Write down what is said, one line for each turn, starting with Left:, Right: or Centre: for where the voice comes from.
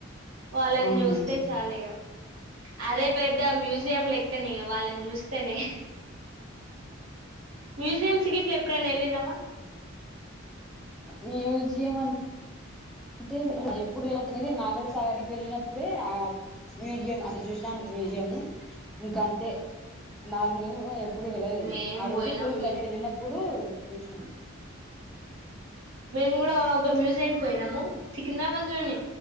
Right: వాళ్ళని
Centre: అవును
Right: చూస్తే చాలు ఇగ అదే పెద్ద మ్యూజియం లెక్కనియవ్ నేన్ చూస్తెనే, మ్యూజియమ్స్ గిట్ల ఎప్పుడైనా ఎల్లిండవా
Centre: అ మ్యూజియం అన్ అంటే వెళ్ళ ఎప్పుడు వె న్నేది నాగర్ సాగర్కి వెళ్ళినప్పుడే ఆ మ్యూజియం అట జుస్నాను మ్యూజియము ఇంక అంతే నాల్ననొజువు ఎ ప్పుడు వెళ్ళలేదు
Right: మేం
Centre: ఆ రోజు
Right: పోయినాం
Centre: టూర్ కని వెళ్ళినప్పుడు చూస్నాం.
Right: మేమ్ కూడా ఒక మ్యూజియంకి పోయినాము. సికింద్రాబాద్ లోనె